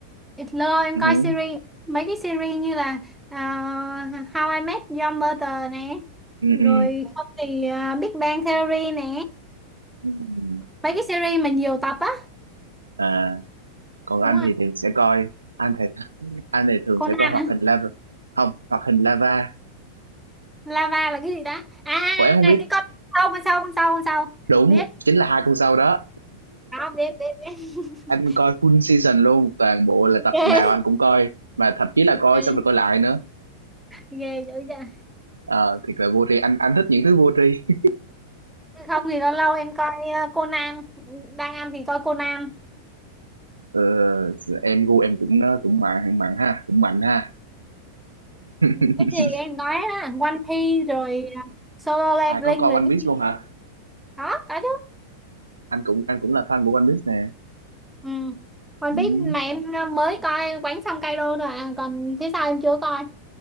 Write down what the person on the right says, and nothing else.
ừ,
ừ,
ừ.
ừ.
à còn
anh
thì thường sẽ coi anh thì <laughs> anh thì thường
sẽ coi hoạt
hình lava không hoạt hình lava
của em không
biết
đúng
chính là hai con sau đó
anh coi full season luôn toàn bộ là
tập
nào anh cũng coi mà thậm chí là coi
xong rồi coi lại nữa
Ờ, thiệt là vô tri anh anh thích những thứ vô tri
Ờ, em gu em cũng cũng mạnh mạnh ha cũng mạnh ha <laughs>
à có coi
One
Piece
luôn hả
anh cũng anh cũng là fan của One Piece nè
ừ.